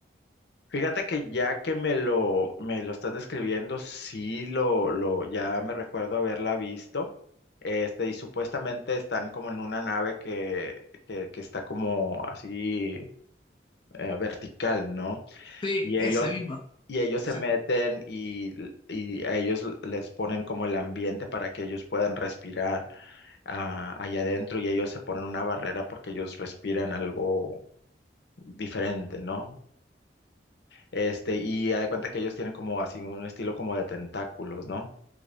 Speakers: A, on the left; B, on the left.
A: Fíjate que ya que me lo, me lo estás describiendo, sí lo, lo, ya me recuerdo haberla visto. Este, y supuestamente están como en una nave que, que, que está como así eh, vertical, ¿no?
B: Sí,
A: Y
B: esa
A: ellos,
B: misma.
A: y ellos se
B: Exacto.
A: meten y, y a ellos les ponen como el ambiente para que ellos puedan respirar ah, allá adentro y ellos se ponen una barrera porque ellos respiran algo diferente, ¿no? Este, y haz de cuenta que ellos tienen como así un estilo como de tentáculos, ¿no?